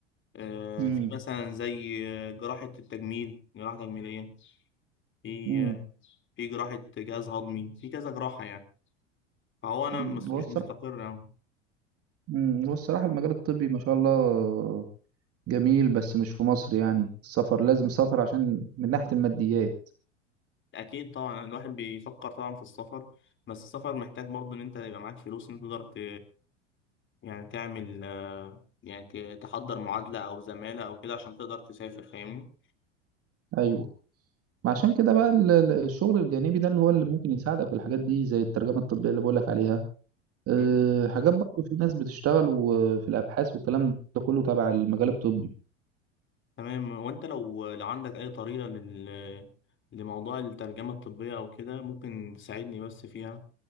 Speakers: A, on the left; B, on the right.
A: آه،
B: مم.
A: في مثلا زي آه، جراحه التجميل جراحه تجميليه في
B: مم.
A: آه، في جراحه جهاز هضمي في كذا جراحه يعني فهو انا
B: مم.
A: مس-
B: هو
A: مش
B: الصراحة
A: مستقر أوي
B: مم. هو الصراحة المجال الطبي ما شاء الله جميل بس مش في مصر يعني السفر لازم سفر عشان من ناحية الماديات
A: اكيد طبعا الواحد بيفكر طبعا في السفر بس السفر محتاج برضو ان انت يبقى معاك فلوس ان انت تقدر ت... يعني تعمل آه، يعني ت- تحضر معادلة او زمالة او كده عشان تقدر تسافر فاهمني
B: أيوه ما عشان كده بقى ال- ال- الشغل الجانبي ده اللي هو اللي ممكن يساعدك في الحاجات دي زي الترجمة الطبية اللي بقولك عليها أه
A: مم.
B: حاجات برضه في ناس بتشتغل وفي الأبحاث والكلام ده كله تبع المجال الطبي
A: تمام وانت لو لو عندك اي طريقة لل... لموضوع الترجمة الطبية او كده ممكن تساعدني بس فيها